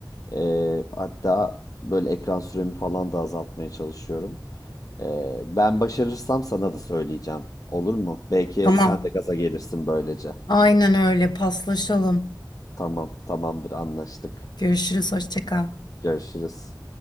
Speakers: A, on the left; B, on the left.
A: Ee, hatta böyle ekran süremi falan da azaltmaya çalışıyorum. Ee, ben başarırsam sana da söyleyeceğim. Olur mu? Belki
B: Tamam.
A: sen de gaza gelirsin böylece.
B: Aynen öyle. Paslaşalım.
A: Tamam, tamamdır, anlaştık.
B: Görüşürüz. Hoşça kal.
A: Görüşürüz.